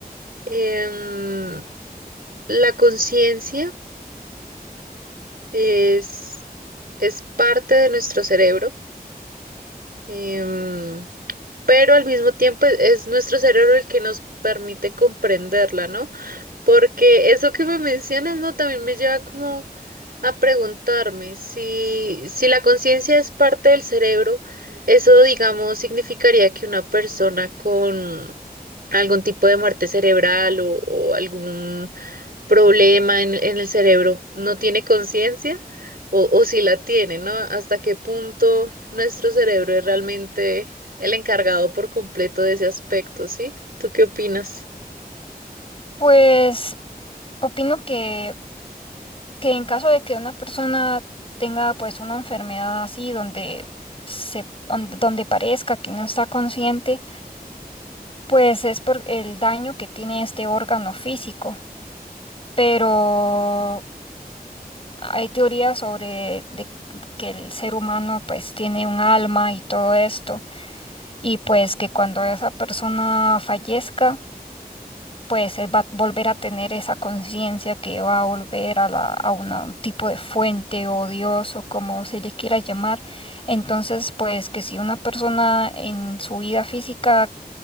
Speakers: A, on the right; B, on the left.
A: em, la conciencia es, es parte de nuestro cerebro, em, pero al mismo tiempo es, es nuestro cerebro el que nos permite comprenderla, ¿no? Porque eso que me mencionas, ¿no? También me lleva como a preguntarme si, si la conciencia es parte del cerebro, eso, digamos, significaría que una persona con algún tipo de muerte cerebral o, o algún problema en, en el cerebro no tiene conciencia o, o si la tiene, ¿no? ¿Hasta qué punto nuestro cerebro es realmente el encargado por completo de ese aspecto, ¿sí? ¿Tú qué opinas?
B: Pues opino que, que en caso de que una persona tenga pues una enfermedad así donde se, donde donde parezca que no está consciente, Pues es por el daño que tiene este órgano físico, pero hay teorías sobre de que el ser humano pues tiene un alma y todo esto, y pues que cuando esa persona fallezca, pues él va a volver a tener esa conciencia que va a volver a, la, a una- un tipo de fuente o Dios o como se le quiera llamar. Entonces, pues que si una persona en su vida física